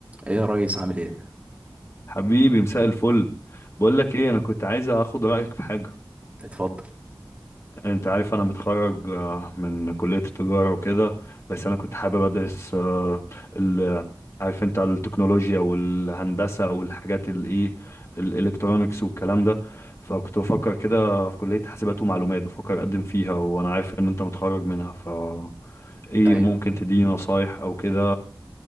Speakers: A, on the right; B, on the left.
A: ايه يا ريس عامل ايه
B: حبيبي مساء الفل بقول لك ايه انا كنت عايز اخد رايك في حاجه
A: اتفضل
B: انت عارف انا متخرج آه، من كليه التجاره وكده بس انا كنت حابب ادرس آه، ال عارف انت التكنولوجيا والهندسه والحاجات الايه الالكترونكس والكلام ده فكنت بفكر كده في كليه حاسبات ومعلومات بفكر اقدم فيها وانا عارف ان انت متخرج منها ف ايه
A: ايوه
B: ممكن تديني نصايح او كده